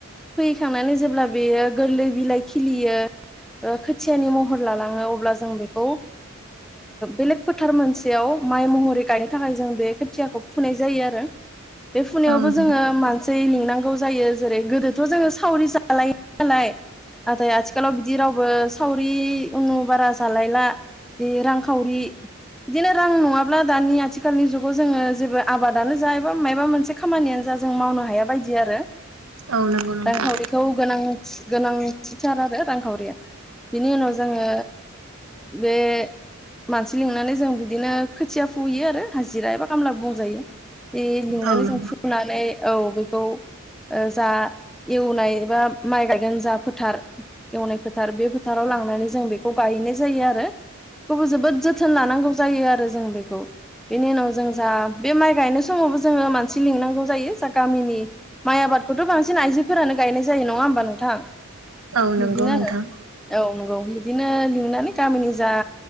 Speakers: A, in the centre; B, on the right.
A: फोहैखांनानै जेब्ला बेयो गोरलै बिलाइ खिलियो खोथियानि महर लालाङो अब्ला जों बेखौ बेलेग फोथार मोनसेयाव माइ महरै गायनो थाखाय जों बे खोथियाखौ फुनाय जायो आरो
B: <inaudible>
A: बे फुनायावबो
B: नंगौ
A: जोङो मानसि लिंनांगौ जायो जेरै गोदोथ' जोङो सावरि जालायो नालाय नाथाय आथिखालाव बिदि रावबो सावरि उनु बारा जालायला जि रांखावरि बिदिनो रां नङाब्ला दानि आथिखालनि जुगाव जोङो जेबो आबादानो जा एबा मायबा मोनसे खामानियानो जा जों मावनो हाया बायदि आरो
B: औ नंगौ नोंथां
A: रांखावरिखौ गोनांथि गोनांथिथार आरो रांखावरिया। बिनि उनाव जोङो बे- मानसि लिंनानै जों बिदिनो खोथिया फुयो आरो हाजिरा एबा खामला बुंजायो। बे लिंनानै
B: औ नंगौ
A: जों माने औ बेखौ जा एवनाय एबा माइ गायगोन जा फोथार एवनाय फोथार बे फोथाराव- लांनानै जों बेखौ गायहैनाय जायो आरो थेवबो जोबोद जोथोन लानांगौ जायो आरो जों बेखौ बेनि उनाव जों जा बे माइ गायनाय समावबो जोङो थि लिंनांगौ जायो जा गामिनि माइ आबादखौथ' बांसिन आइजोफोरानो गायनाय जायो नङा होमबा नोंथां?
B: औ नंगौ
A: बिदिनो
B: नोंथां
A: आरो औ नंगौ बिदिनो लिंनानै गामिनि जा